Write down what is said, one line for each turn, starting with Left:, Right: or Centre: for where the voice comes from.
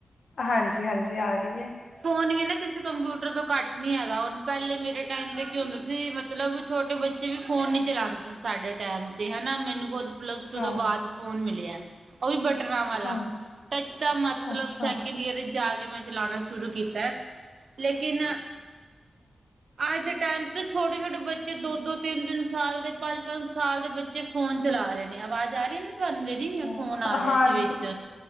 Left: ਹਾਂਜੀ-ਹਾਂਜੀ, ਆ ਰਹੀ ਐ।
Right: ਫ਼ੋਨ ਵੀ ਨਾ ਕਿਸੇ ਕੰਪਿਊਟਰ ਤੋਂ ਘੱਟ ਨਹੀਂ ਹੈਗਾ, ਹੁਣ ਪਹਿਲੇ ਮੇਰੇ ਟਾਈਮ ਦੇ ਕੀ ਹੁੰਦਾ ਸੀ ਮਤਲਬ ਛੋਟੇ ਬੱਚੇ ਵੀ ਫੋਨ ਨੀ ਚਲਾਂਦੇ ਸੀ। ਸਾਡੇ ਟਾਇਮ ਤੇ ਹਨਾ, ਮੈਨੂੰ ਖੁਦ ਪਲੱਸ ਟੂ
Left: ਹਾਂ
Right: ਤੋਂ ਬਾਅਦ ਫੋਨ ਮਿਲਿਆ, ਉਹ ਵੀ ਬਟਨਾਂ ਵਾਲਾ।
Left: ਹਾਂਜੀ।
Right: ਟੱਚ ਤਾਂ ਮਤਲਬ
Left: ਅੱਛਾ-ਅੱਛਾ
Right: ਸੈਕਿੰਡ ਈਅਰ ਈਚ ਜਾਕੇ, ਮੈ ਚਲਾਣਾ ਸ਼ੁਰੂ ਕੀਤਾ, ਲੇਕਿਨ ਅੱਜ ਦੇ ਟਾਈਮ 'ਚ ਛੋਟੇ-ਛੋਟੇ ਬੱਚੇ, ਦੋ-ਦੋ ਤਿੰਨ-ਤਿੰਨ ਸਾਲ ਦੇ ਪੰਜ-ਪੰਜ ਸਾਲ ਦੇ ਬੱਚੇ ਫ਼ੋਨ ਚਲਾ ਰਹੇ ਨੇ ਅਵਾਜ਼ ਆ ਰਹੀ ਨਾ ਤੁਹਾਨੂੰ ਮੇਰੀ,
Left: ਹਾਂ
Right: ਫ਼ੋਨ ਆ ਰਿਹਾ
Left: ਹਾਂਜੀ।
Right: ਸੀ ਵਿਚ।